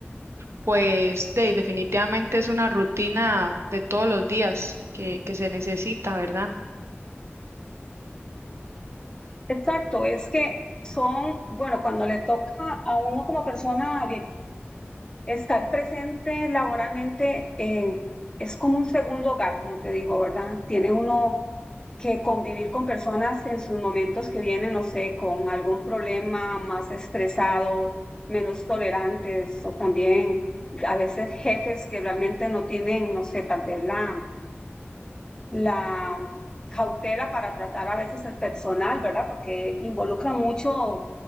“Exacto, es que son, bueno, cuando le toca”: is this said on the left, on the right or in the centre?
Left